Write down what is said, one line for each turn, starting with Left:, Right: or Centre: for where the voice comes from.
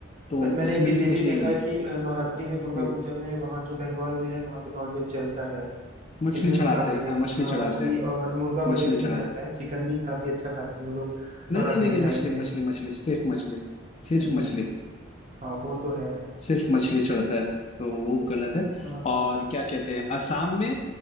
Left: तो
Right: पर मैंने
Left: इसमें
Right: एक चीज
Left: भी
Right: ये
Left: कुछ
Right: भी देखा
Left: ये नहीं
Right: है
Left: है
Right: कि अ, नवरात्रि में दुर्गा
Left: हम्म
Right: पूजा में वहाँ जो बंगाल में है वहाँ पे नॉनवेज चलता है ये
Left: मछली
Right: भी मैंने
Left: चढ़ाते
Right: काफी
Left: हैं
Right: देखा
Left: हाँ मछली
Right: हाँ
Left: चढ़ाते
Right: मछली
Left: हैं
Right: और मुर्गा
Left: मछली
Right: वगैरह भी
Left: चढ़ाए
Right: चलता है चिकन भी काफी अच्छा खाते हैं वो लोग
Left: नहीं
Right: नवरात्रि
Left: नहीं नहीं नहीं
Right: के
Left: मछली
Right: टाइम पे
Left: मछली मछली सिर्फ मछली सिर्फ
Right: हम्म हम्म,
Left: मछली
Right: हाँ वो तो है
Left: सिर्फ मछली चढ़ता है तो वो गलत है
Right: हाँ
Left: और क्या कहते हैं असम में